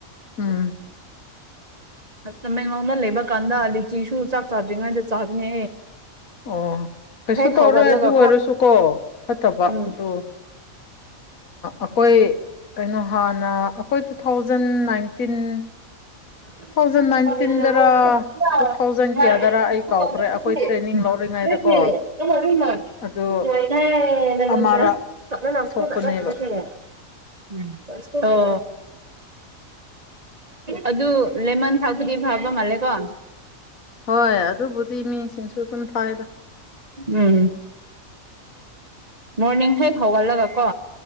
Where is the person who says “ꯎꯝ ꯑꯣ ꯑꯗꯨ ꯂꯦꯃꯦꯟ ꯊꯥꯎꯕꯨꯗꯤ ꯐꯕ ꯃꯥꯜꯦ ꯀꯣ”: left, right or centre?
Right